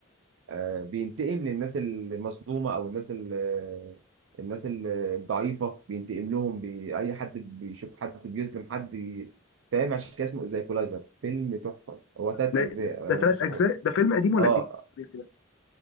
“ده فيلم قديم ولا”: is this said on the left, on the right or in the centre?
Left